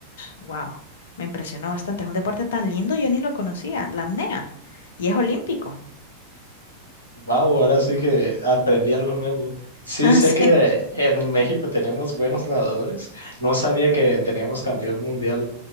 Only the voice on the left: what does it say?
Wow, me impresionó bastante. Es un deporte tan lindo, yo ni lo conocía, la apnea. Y es olímpico. <laughs>
Ah,
Sí,